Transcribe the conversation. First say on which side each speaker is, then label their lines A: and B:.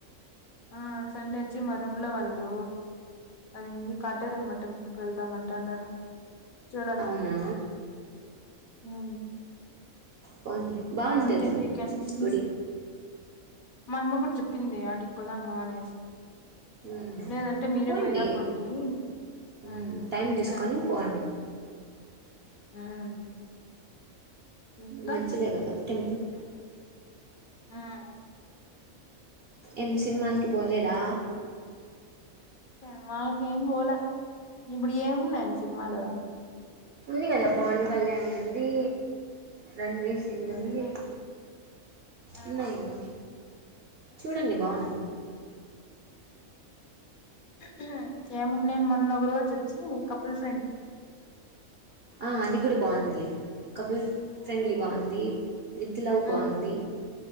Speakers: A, on the left; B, on the right.
A: ఆ సండే ఒచ్చి మా రుంలో వాళ్ళు అది ఏందీ కట్టేరమ్మా టెంప్ కెల్దాం అంటున్నారు చుడాల్ల
B: అవునా
A: ఉహ్మ్
B: పోనీ బాగుంటుందిలే
A: అంతే వీకెండ్ <unintelligible>
B: గుడి
A: మా అమ్మ కూడా చెప్పిందే ఆడికి పోదాము అనేసి
B: మ్మ్.
A: లేదంటే మీరే
B: పోండి
A: పోయిరాపోండి అనే
B: మ్మ్. టైం
A: మంచిదట
B: తీసుకొని పోండి
A: ఉమ్ చూద్దాం
B: మంచిదే గదా టెంపుల్ కి
A: ఉహ్మ్
B: ఏం సినిమాలకి పోలేదా
A: సినిమాకి ఏం పోల ఇప్పుడు ఏమున్నాయని సినిమాలూ
B: ఉంది కదా పవన్ కళ్యాణ్ ది ఉంది రణ్వీర్ సింగ్ ది ఉంది
A: ఆ ఆ
B: ఉన్నాయ్ కదా చూడండి బాగుంది
A: ఆ ఉహ్మ్ హు ఏమో నేన్ మొన్న ఒక రోజు వచ్చి కపుల్స్
B: ఆ అది కూడ బావుందిలే కబుల్ ఫ్రెండ్లీ బాగుంది విత్ లవ్
A: ఆ
B: బాగుంది